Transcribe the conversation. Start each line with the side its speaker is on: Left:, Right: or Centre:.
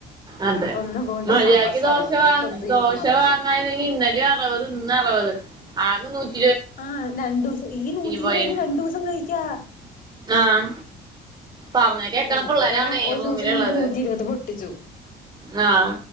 Right: അതെ
Left: ഇതിപ്പോ ഇന്ന് പോയിട്ട്
Right: മര്യക്ക്
Left: സാമ്പാർ സാധമാണ്
Right: ദോശ
Left: ഇനിയിപ്പോ
Right: വാങ്ങ
Left: എന്ത് ചെയ്യണോന്ന്
Right: ദോശ
Left: അറിയില്ല
Right: വാങ്ങര്ന്നെങ്കി ഇന്നലെ അറുപത് ഇന്ന് അറുപത് ആകെ നൂറ്റ
Left: ആഹ് രണ്ടുസ ഈ നൂറ്റിരുപതിന്
Right: പോയേനെ
Left: രണ്ടുസം കഴിക്കാ
Right: ആഹ് പറഞ്ഞ കേക്കണ
Left: ആഹ്
Right: പിള്ളേരാവണേ
Left: ഇതിപ്പോ ഒരു
Right: റൂമിലുള്ളത്
Left: ദിവസ കൊണ്ട് നൂറ്റി ഇരുപത് പൊട്ടിച്ചു
Right: ആഹ്